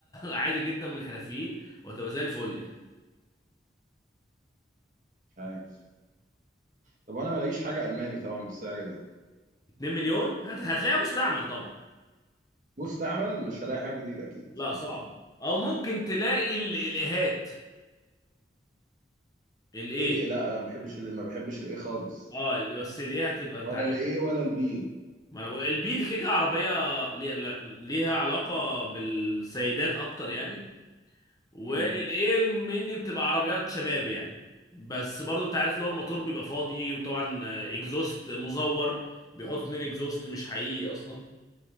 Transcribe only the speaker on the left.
عادي جدا من الحرفيين وهتبقى زي الفل يعني
2 مليون هت... هتلاقيها مستعمل طبعا
آه،
لا
صعب او ممكن تلاقي ال- الاهات الايه
اه بس الايه هتبقى انت
عارف
ما انا بقول البي دي كيكه عربيه لي- لا- ليها علاقه بالسيدات اكتر يعني والايه
مني بتبقى عربيات شباب يعني بس برضو انت عارف اللي هو الموتور بيبقى فاضي وطبعا آه، اكزوست مزور بيحطوا اتنين اكزوست مش حقيقي اصلا